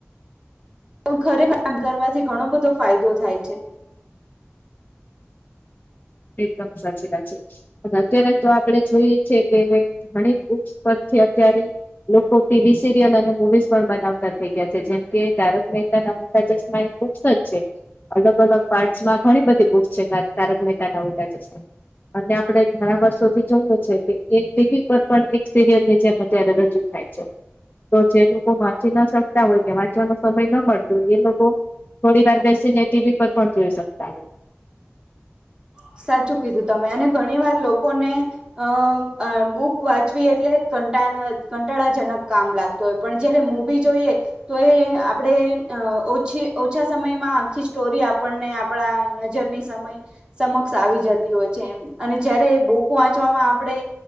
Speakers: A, on the right; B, on the left.
A: પણ ખરે કામ કરવાથી ઘણો બધો ફાયદો થાય છે.
B: એકદમ સાચી વાત છે. અને અત્યારે તો આપડે જોઈએ છેએ કેણી પરથી અત્યારે. લોકો ટીવી સિરિયલ અને મવીઝ પણ બનાવતા. થઈ ગયા છે જેમ કે તારક મહેતા ના ઉલટા ચશ્મા એ બુક્સ જ છે અલગ અલગ. પાર્ટ્ માં ઘણી બધી બુક છે તારક મહેતા ના ઉલ્ટા ચશ્મા અને આપડે ઘણા વર્ષોથી જોયું છે કે એ ટીવી પર પણ એક સિરિયલ ની જેમ. અયારે રજૂ થાય છે. તો જે લોકો વાંચી ના શકતા હોય કે વાંચવાનો સમય ના મળતો એ લોકો. થોડી વાર બેસી ને ટીવી પર પણ જોઈ શકતા હોય.
A: સાચું કીધું તમે અને ઘણી વાર લોકોને. અ બુક વાંચવી એટલે કંટા કંટાળાજનક કામ લાગત. તોય પણ જયારે મૂવી જોઈએ. તો એ આપણેે ઓછી ઓછા સમયમાં આખી સ્ટોરી આપણને. આપણા નજરની સમય. સમક્ષ આવી જતી હોય છે એ અને જયારે બોક વાંચવામાં આપણે.